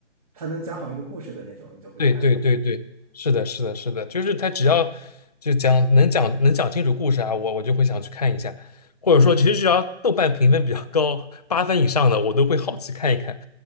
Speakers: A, on the right; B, on the left.
A: 他能讲好一个故事的那种，你就会看，
B: 对对对对，
A: 是吗？
B: 是的，是的，是的，就是他只要就讲能讲能讲清楚故事啊，我我就会想去看一下，或者说其实只要豆瓣评分比较高，八分以上的我都会好奇看一看。